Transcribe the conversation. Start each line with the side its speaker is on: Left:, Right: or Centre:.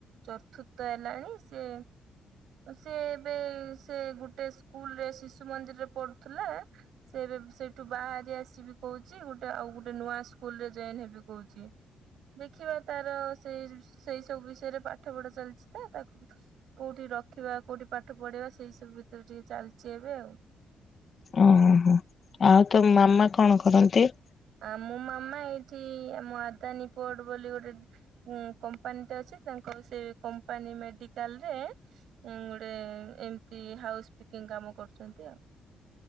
Right: ଚତୁର୍ଥ ହେଲାଣି ସେ ସେ ଏବେ ସେ ଗୁଟେ ସ୍କୁଲରେ ଶିଶୁ ମନ୍ଦିରରେ ପଢୁଥିଲା, ସେ ଏବେ ସେଇଠୁ ବାହାରି ଆସିବି କଉଚି, ଗୁଟେ ଆଉଗୁଟେ ନୂଆ ସ୍କୁଲରେ ଜଏନ ହେବି କଉଚି। ଦେଖିବା ତାର ସେ ସେଇ ସବୁ ବିଷୟରେ ପାଠ ପଢା ଚାଲିଚି ତ ତାକୁ କୋଉଠି ରଖିବା କୋଉଠି ପାଠ ପଢେଇବା? ସେଇ ସବୁ ଭିତରେ ଟିକେ ଚାଲିଚି ଏବେ ଆଉ।
Left: ଓହୋ ଆଉ ତମ ମାମା କଣ କରନ୍ତି?
Right: ଆମ ମାମା ଏଇଠି ଆମ ଆଦାନୀପୋଟ ବୋଲି ଗୋଟେ ଉଁ କମ୍ପାନୀଟେ ଅଛି ତାଙ୍କର ସେ କମ୍ପାନୀ ମେଡିକାଲ ରେ ଉ ଗୋଟେ ଏମିତି ହାଉସ୍ ପିକିଂ କାମ କରୁଚନ୍ତି ଆଉ।